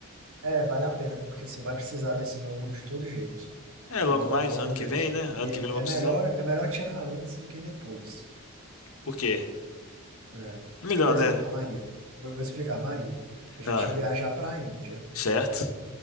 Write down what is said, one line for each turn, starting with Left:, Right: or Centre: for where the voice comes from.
Right: É, vale a pena, porque você vai precisar desse novo de todo jeito.
Left: É, logo
Right: Logo,
Left: mais,
Right: logo
Left: ano
Right: menos.
Left: que vem, né? Ano
Right: E
Left: que
Right: é,
Left: vem eu
Right: é
Left: vou precisar.
Right: melhor, é melhor tirar antes do que depois.
Left: Por quê?
Right: É.
Left: Melhor,
Right: Por exemplo,
Left: né?
Right: a Maria. Eu Vou te explicar, a Maria. A gente
Left: Ah,
Right: ia viajar para a Índia
Left: certo?